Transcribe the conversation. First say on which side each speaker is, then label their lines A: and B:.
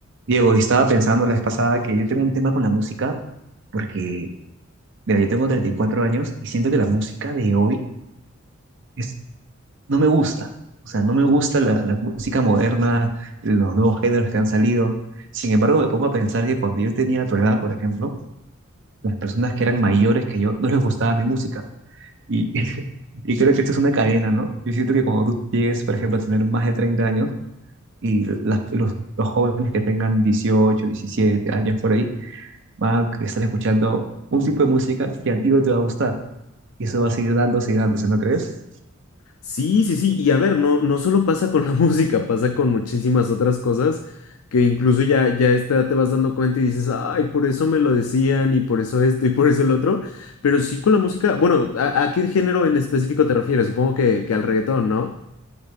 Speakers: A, on the right; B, on the left.
A: Diego, estaba pensando la vez pasada que yo tengo un tema con la música porque, mira, yo tengo 34 años y siento que la música de hoy es, no me gusta. O sea, no me gusta la, la música moderna, los nuevos géneros que han salido. Sin embargo, me pongo a pensar que cuando yo tenía tu edad, por ejemplo, las personas que eran mayores que yo no les gustaba mi música. Y, <laughs> y creo que esto es una cadena, ¿no? Yo siento que cuando tú llegues, por ejemplo, a tener más de 30 años y las- los, los jóvenes que tengan 18, 17 años por ahí, va a estar escuchando un tipo de música que a ti no te va a gustar. Y eso va a seguir dándose y dándose, ¿no crees?
B: Sí, sí, sí. Y a ver, no, no solo pasa con la <laughs> música, pasa con muchísimas otras cosas que incluso ya, ya a esta edad te vas dando cuenta y dices, ay, por eso me lo decían y por eso esto y por eso el otro. Pero sí con la música, bueno, ¿a, a qué género en específico te refieres? Supongo que, que al reggaetón, ¿no?